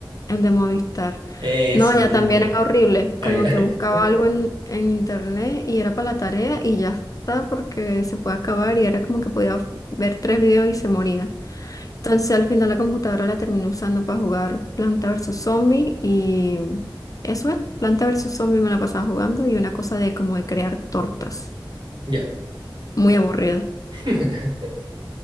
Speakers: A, on the left; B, on the right.
A: el de Movistar.
B: Ese
A: No, ya
B: mismo.
A: también era horrible,
B: Ah,
A: como
B: ya.
A: que buscaba
B: <laughs>
A: algo en, en internet y era para la tarea y ya está porque se puede acabar y era como que podía ver tres videos y se moría. Entonces al final la computadora la terminé usando para jugar Planta versus Zombie y eso era, Planta versus Zombie me la pasaba jugando y una cosa de como de crear tortas,
B: Ya.
A: muy aburrida.
B: <laughs>